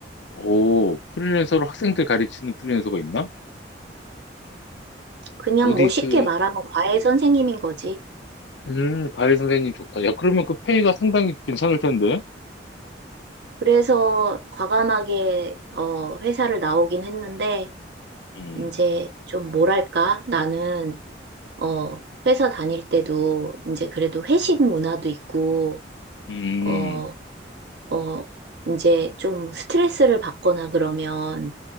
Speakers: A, on the left (about 75°); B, on the right (about 65°).
A: 오, 프리랜서로 학생들 가르치는 프리랜서가 있나?
B: 그냥
A: 어디
B: 뭐 쉽게
A: 그,
B: 말하면 과외 선생님인 거지.
A: 음, 과외 선생님 좋다. 야, 그러면 그 페이가 상당히 괜찮을 텐데?
B: 그래서 과감하게, 어, 회사를 나오긴 했는데,
A: 음,
B: 이제 좀 뭐랄까? 나는 어, 회사 다닐 때도 이제 그래도 회식 문화도 있고,
A: 음,
B: 어, 어, 이제 좀 스트레스를 받거나 그러면